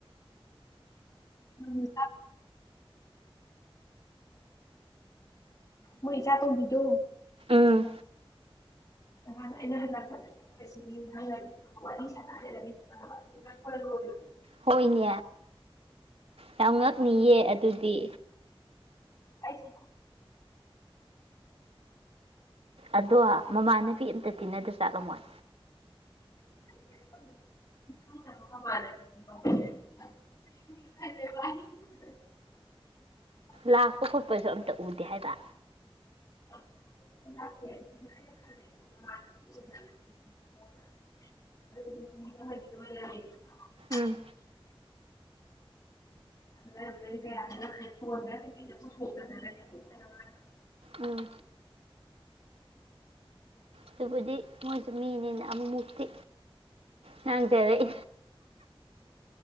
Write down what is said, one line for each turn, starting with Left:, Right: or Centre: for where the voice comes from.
Left: ꯎꯝ ꯃꯣꯏ ꯏ ꯆ ꯀꯕꯤꯗꯣ
Right: ꯎꯝ
Left: ꯅꯍꯥꯟꯅ ꯑꯩꯅ ꯍꯜꯂꯛꯄꯗꯣꯏꯁꯤ ꯌꯨꯝꯊꯪ ꯋꯥꯔꯤ ꯁꯥꯟꯖꯒꯅꯤꯕ ꯈꯣꯅꯕ ꯑꯩ ꯂꯅꯦ
Right: ꯍꯣꯏꯅꯤ ꯌꯥꯝꯅ ꯃꯤꯌꯦ ꯑꯗꯨꯗꯤ
Left: ꯑꯩꯁꯨ
Right: ꯑꯗꯣ ꯃꯃꯥꯅꯄꯤ ꯑꯃꯝꯇ ꯇꯤꯟꯅꯗ꯭ꯔ ꯆꯠꯂꯝꯃꯣꯏ
Left: <unintelligible>
Right: ꯂꯥꯛꯄ ꯈꯣꯠꯄꯁꯨ ꯑꯝꯇ ꯎꯗꯦ ꯍꯥꯏꯗ
Left: <unintelligible>
Right: ꯎꯝ
Left: ꯑꯗꯨꯔ
Right: ꯎꯝ ꯑꯗꯨꯕꯨꯗꯤ ꯃꯣꯏ ꯃꯤꯅꯤꯅ ꯑꯃꯃꯨꯛꯇꯤ ꯅꯪ ꯇꯦꯦ